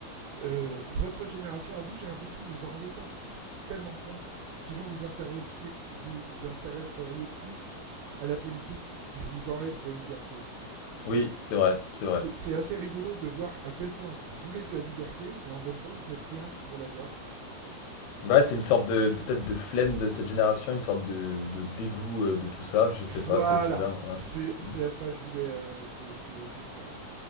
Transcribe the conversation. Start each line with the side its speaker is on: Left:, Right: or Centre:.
Right: Euh, votre génération, à vous, j'ai l'impression que vous vous en rendez pas tellement compte. Sinon, vous intéressiez, vous intéresseriez plus à la politique qui vous enlève vos libertés.
Left: Oui, c'est vrai, c'est vrai.
Right: C'est c'est assez rigolo de voir à quel point vous voulez de la liberté, mais en même temps, vous faites rien pour l'avoir.
Left: Bah c'est une sorte de, peut-être de flemme de cette génération, une sorte de, de dégoût euh, de tout ça, je sais pas,
Right: Voilà,
Left: c'est bizarre,
Right: c'est
Left: ouais. Mhm.
Right: c'est à ça que je voulais euh, que, que- que tu arrives.